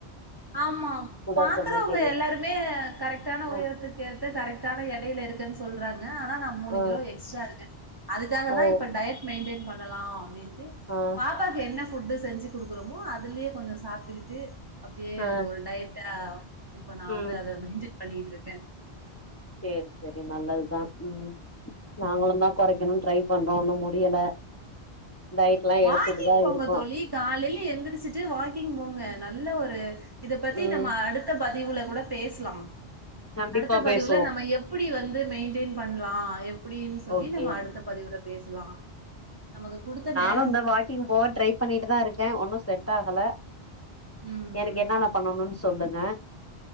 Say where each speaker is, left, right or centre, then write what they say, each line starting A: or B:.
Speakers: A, on the right; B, on the left.
A: ஆமா பாக்குறவங்க
B: இருக்கற மாரி தெரியு
A: எல்லாருமே கரெக்டான
B: ஆ
A: உயரத்துக்கு ஏத்து கரெக்டான எடையில இருக்கன் இருக்குன்னு சொல்றாங் க ஆனா நா மூணு
B: ஆ
A: கிலோ எக்ஸ்ட்ரா இருக்கே அதுக்காக
B: ஓ
A: தா இப்ப டயட் மெயின்டெயின் பண்ணலா அப்டின்னு
B: ஆ
A: பாப்பாக்கு என்ன ஃபுட்டு செஞ்சு கொடுக்குறோமோ அதுலயே கொஞ்சோ சாப்ட்டுக்குட் டு அப்டியே
B: ஆ
A: ஒரு டயட்டா இப்ப நா
B: ம்
A: வந்து அத மெயின் பண்ணிட்டு இருக் கே
B: சேரி செரி நல்லதுதா உம் நாங்களு
A: ம்
B: தா கொறைக்கணுனு ட்ரை பண்ணோ ஒன்னு முடியல டயட்லா
A: வாக்கிங்
B: எடுத்துட்டுதா
A: போங்க
B: இருக்கோ
A: தோழி காலையில எந்திரிச்சுட்டு வாக்கிங் போங்க நல்ல ஒரு இத பத்தி
B: ம்
A: நம்ம அடுத்த பதிவுல கூட பேச்லா
B: கண்டிப்பா
A: அடுத்த பதிவுல
B: பேசுவோ
A: நம்ம எப்டி வந்து மெயின்டெயன் பண்லா எப்டின்னு சொல்லி
B: ஓகே
A: நம்ம அடுத்த பதிவுல பேசலா நமக்கு குடுத்த நேர்
B: னு இந்த வாக்கிங் போக ட்ரை பண்ணிட்டு தா இருக்கே ஒன்னொ செட் ஆகல
A: ம்
B: எனக்கு
A: ம்
B: என்னன்ன பண்ணணோனு சொல்லுங்க